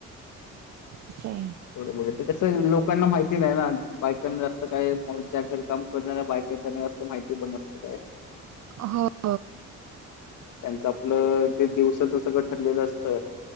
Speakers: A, on the right (about 60°); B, on the left (about 80°).
A: अस आहे.
B: थोडं बहुत ते कसं लोकांना माहिती नाही ना बायकांना जास्त काय ज्या घर काम कोणाला बायकांना असंत माहिती पण नसत काय
A: हो. हो.
B: त्यांच आपलं ते दिवसाच सगळं ठरलेलं असतं